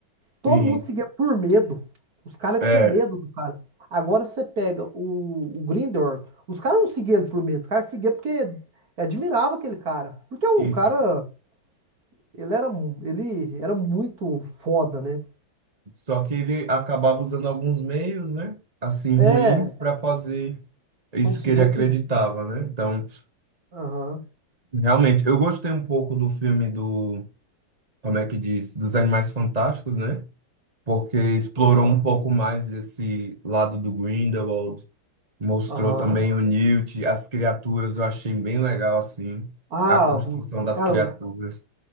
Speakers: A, on the right; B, on the right.
A: sim,
B: Todo mundo seguia por medo. Os caras
A: é,
B: tinham medo do cara. Agora você pega o, o Grindr, os caras não seguiam ele por medo, os caras seguiam porque admirava aquele cara. Porque é um
A: isso.
B: cara, ele era, mu- ele era muito foda, né?
A: Só que ele acabava usando alguns meios, né? Assim,
B: É,
A: ruins para fazer isso
B: vamos
A: que
B: dizer
A: ele acreditava,
B: que.
A: né? Então,
B: Aham,
A: realmente, eu gostei um pouco do filme do, como é que diz, dos Animais Fantásticos, né? Porque explorou
B: aham,
A: um pouco mais esse lado do Grindelwald, mostrou
B: aham.
A: também o Newt, as criaturas, eu achei bem legal, assim,
B: Ah,
A: a construção
B: o o
A: das
B: cara,
A: criaturas.
B: o-